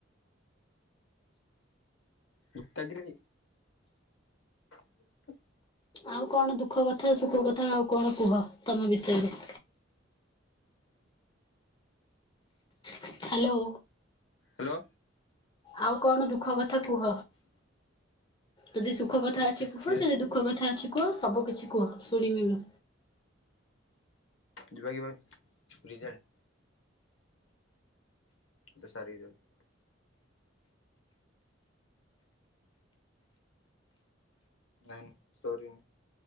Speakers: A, on the left; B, on the left.
A: ମୁତଗରେ <unintelligible> ହ <unintelligible>
B: ଆଉ କଣ ଦୁଃଖ କଥା ସୁଖ କଥା ଆଉ କଣ କୁହ ତମ ବିଷୟରେ? ହ୍ୟାଲୋ।
A: ହ୍ୟାଲୋ।
B: ଆଉ କଣ ଦୁଃଖ କଥା କୁହ ଯଦି ସୁଖ କଥା ଅଛି
A: ଟିକେ
B: କୁହ ଯଦି ଦୁ ଖ କଥା ଅଛି କୁହ ସବୁ କିଛି କୁହ ଶୁଣିବି ମୁ।
A: ଯିବା ଯିବା ରିଜଟ <inaudible> ତ ସାରଯଉ <inaudible> ନାଇଁ ସରି।